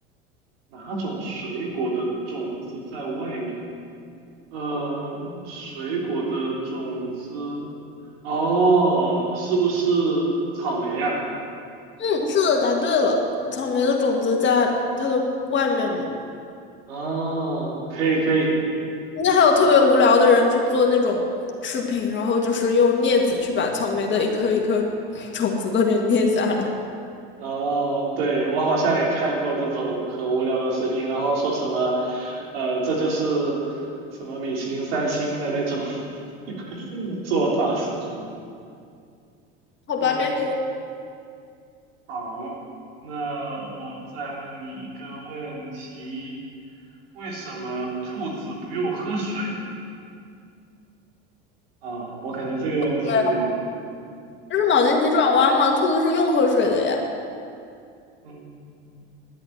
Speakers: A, on the right; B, on the left.
A: 哪种水果的种子在外面？呃，水果的种子，哦，是不是草莓呀、
B: 嗯，是的，答对了。草莓的种子在它的外面嘛。
A: 啊哦，可以可以。
B: 那还有特别无聊的人去做那种视频，然后就是用镊子去把草莓的一颗一颗 <laughs> 种子都给捏下来。
A: 哦，对，我好像也看过这种很无聊的视频，然后说什么，呃，这就是什么米其林三星的那种 <laughs> 做法什么的。
B: 好吧，
A: 嗯
B: 该你问我
A: 好，那我再问你一个问题：为什么兔子不用喝水？啊，我感觉这个问题有点难。
B: 了。这是脑筋急转弯吗？兔子是用喝水的呀。
A: 嗯，